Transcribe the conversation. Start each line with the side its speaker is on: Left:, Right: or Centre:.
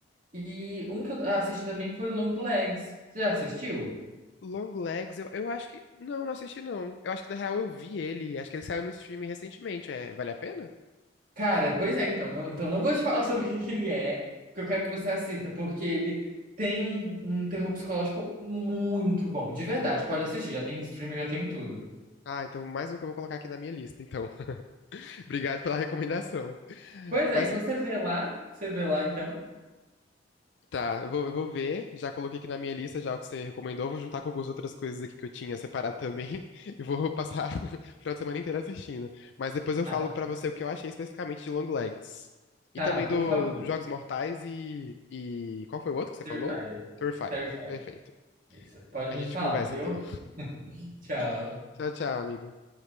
Right: E um que eu assisti também foi Long Legs. Você já assistiu?
Left: Long Legs, eu, eu acho que. Não, não assisti, não. Eu acho que na real eu vi ele. Acho que ele saiu no streaming recentemente. É, vale a pena?
Right: Cara, pois é, então. Não, então não vou te falar sobre <laughs> o que que ele é, porque eu quero que você assista, porque ele tem um, um terror psicológico muito bom. De verdade, pode assistir, já tem em streaming, já tem em tudo.
Left: Ah, então mais um que eu vou colocar aqui na minha lista, então. <laughs> Obrigado pela recomendação.
Right: Pois
Left: Mas
Right: é, então você vê lá, você vê lá então.
Left: Tá, eu vou, eu vou ver. Já coloquei aqui na minha lista já o que você recomendou. Vou juntar com algumas outras coisas aqui que eu tinha separado também. <laughs> E vou passar <laughs> o final de semana inteiro assistindo. Mas depois eu
Right: Arrasou.
Left: falo pra você o que eu achei especificamente de Long Legs. E
Right: tá,
Left: também do
Right: por favor.
Left: Jogos Mortais e, e... Qual foi o outro que você falou?
Right: Terrifier.
Left: Terrifier.
Right: Terrifier.
Left: Perfeito.
Right: Isso. Pode
Left: A
Right: me
Left: gente
Right: falar,
Left: conversa
Right: viu?
Left: então.
Right: <laughs> Tchau.
Left: <laughs> Tchau, tchau, amigo.